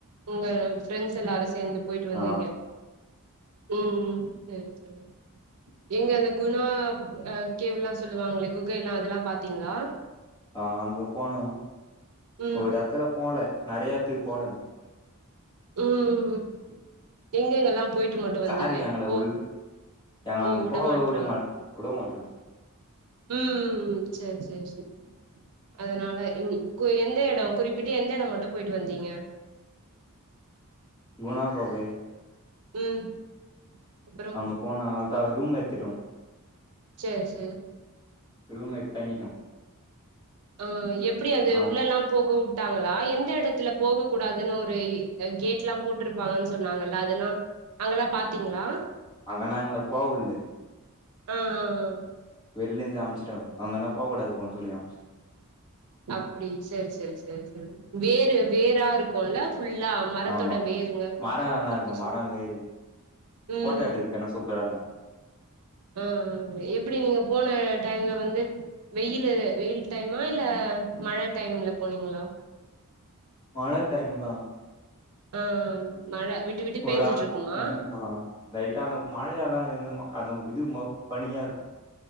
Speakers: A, on the right; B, on the left.
A: உங்க ஃப்ரெண்ட்ஸ் எல்லாரு சேந்து போய்ட்டு வந்தீங்க
B: ஆ
A: ம் ம் சேரி சேரி நீங்க அந்த குணா அ கேவெல்லா சொல்லுவாங்ளே குகைல்லா அதெல்லா பாத்தீங்ளா
B: ஆ அங்க போனோ
A: ம்
B: ஒரு எத்துல போல நெறய எத்துகு போல நா
A: ம் ம் ம் எங்கெங்கல்லா போயிட்டு மட்டு
B: சாருங்க
A: வந்தீங்க
B: எங்கள
A: போ
B: உள்ள எங்கள
A: ஓ
B: அங்க
A: உட
B: போக
A: மாட்றாங்
B: விட மா விட மாட்றாங்க
A: ம் ம் ம் சேரி சேரி சேரி அதுனால ம் கு எந்த எடோ குறிப்பிட்டு எந்த எடோ மட்டு போய்ட்டு வந்தீங்க
B: குணா கொகை
A: ம் அப்றோ
B: அங்க போன ஆள் தா ரூம் எத்துட்டோ
A: சேரி சேர்
B: ரூம் எட்த் தங்கிட்டோ
A: ஓ எப்டி அது
B: அ
A: உள்ளல்லா போக உட்டாங்களா எந்த எடத்துல போக கூடாதுனு ஒரு அ கேட்லா போட்ருப்பாங்கன் சொன்னாங்கல்ல அதெல்லா அங்கல்லா பாத்தீங்ளா
B: அங்கனா எங்கள போவுல்லே
A: அ அ அ
B: வெள்லிந்து அம்ச்சுட்டாங்க அங்கனா போ கூடாதுப்பானு சொல்லி அம்ச்
A: அப்டி சேரி சேரி சேரி சேரி வேரு வேரா இருக்குல்ல ஃபுல்லா மரத்தோட
B: ஆமா
A: வேருங்க
B: மரோல்லா
A: சுத்தி
B: இருக்கு
A: சுத்தி
B: மரோ, வேரு
A: ம்
B: போட்டோ எடுக்கதுக்கானா சூப்பரா இருக்கு
A: ம் ம் எப்டி நீங்க போன டைம்ல வந்து வெயிலு வெயில் டைமா இல்ல மழ டைம்ல போனீங்ளா
B: மழ டைம் தா
A: ஆ ஆ மழ விட்டு விட்டு
B: ஒரு
A: பேஞ்சுட்டு
B: ஆள்
A: இருக்குமா
B: அ அ லைட்டா அந்த மழையைல்லா எனும் அந்த இது மப் பனியா இருக்கு